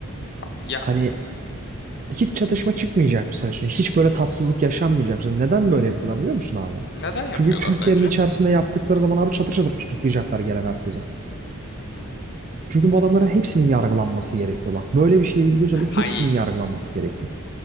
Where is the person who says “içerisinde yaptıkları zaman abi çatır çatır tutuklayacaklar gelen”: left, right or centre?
Right